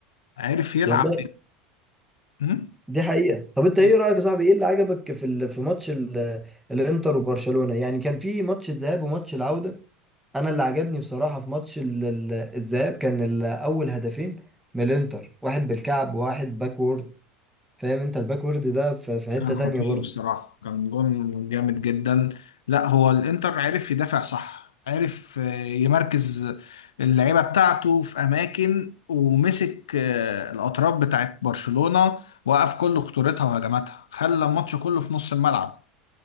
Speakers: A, on the left; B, in the centre.
A: عرف يلعب
B: والله
A: أمم؟
B: دي حقيقة طب انت
A: لا،
B: ايه رأيك يا صاحبي ايه اللي عجبك في ال... في ماتش ال... الانتر وبرشلونة يعني كان في ماتش الذهاب وماتش العودة انا اللي عجبني بصراحة في ماتش ال... ال- الذهاب كان ال- اول هدفين من الانتر واحد بالكعب وواحد باكورد فاهم انت الباكورد ده في... في حتة
A: كان
B: تانية
A: خطير
B: برضه
A: الصراحة كان جون جامد جدا لا هو الإنتر عرف يدافع صح عرف آه، يمركز اللعيبة بتاعته في أماكن ومسك آه، الأطراف بتاعت برشلونة وقف كل خطورتها وهجماتها خلى الماتش كله في نص الملعب